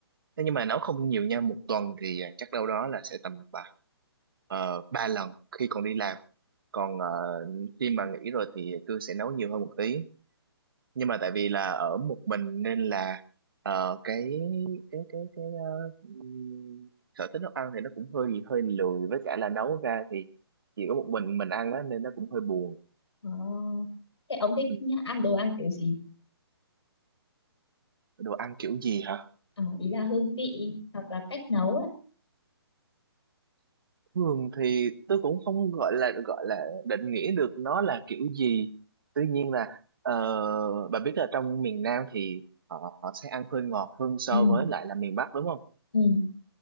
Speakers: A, on the right; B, on the left.
A: thế nhưng mà nấu không nhiều nha một tuần thì ờ, chắc đâu đó là sẽ tầm ba ờ, ba lần khi còn đi làm còn ờ, khi mà nghỉ rồi thì tôi sẽ nấu nhiều hơn một tí nhưng mà tại vì là ở một mình nên là ờ, cái cái cái cái ờ, ừm, sở thích nấu ăn thì nó cũng hơi hơi lười với cả là nấu ra thì chỉ có một mình mình ăn á nên nó cũng hơi buồn
B: Ồ, thế ông thích
A: Ừ,
B: ăn đồ ăn kiểu gì?
A: đồ ăn kiểu gì hả
B: Ờ, ý là hương vị hoặc là cách nấu ấy.
A: thường thì tôi cũng không gọi là gọi là định nghĩa được nó là kiểu gì tuy nhiên là ờ, bà biết là trong miền Nam thì họ họ sẽ ăn hơi ngọt hơn so
B: Ừ,
A: với lại là miền Bắc đúng không
B: ừ,